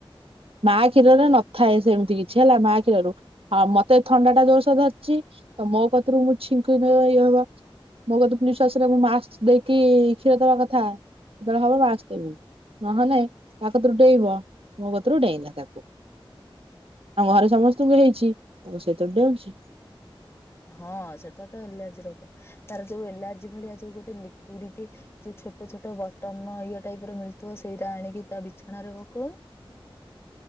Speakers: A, on the right; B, on the left.
A: ମା କ୍ଷୀରରେ ନଥାଏ ସେମିତି କିଛି ହେଲା ମା କ୍ଷୀରରୁ ଆଉ ମତେ ଥଣ୍ଡା ଟା ଜୋରସୋର ଧରିଛି ତ ମୋ କଥରୁ ମୁଁ ଛିଙ୍କ ନେ ଇଏ ହବ ମଗତପ ନିଶ୍ଵାସରେ ମୁ ମାସ୍କ ଦେଇକି କ୍ଷୀର ଦେବା କଥା ଯେତେବେଳେ ହବ ମାସ୍କ ଦବୁ <inaudible> ନହେଲେ ତା କତରୁ ଡେଇଁବ ମୋ କଥରୁ ଡେଇଁଲା ତାକୁ ଆମ ଘରେ ସମସ୍ତଙ୍କୁ ହେଇଛି ସେତବେ ଯାଉଛି
B: ହଁ ସେଟା ତ ଏଲାର୍ଜି ରୋଗ ତାର ଯୋଉ ଏଲାର୍ଜି ଭଳିଆ ଯୋଉ ଗୋଟେ ଲିକଉଡି ଛୋଟ ଛୋଟ ବଟମ ଇଏ ଟାଇପ ର ମିଳୁଥିବ ସେଇଟା ଆଣିକି ତା ବିଛଣାାରେ ପକଉନୁ। <inaudible>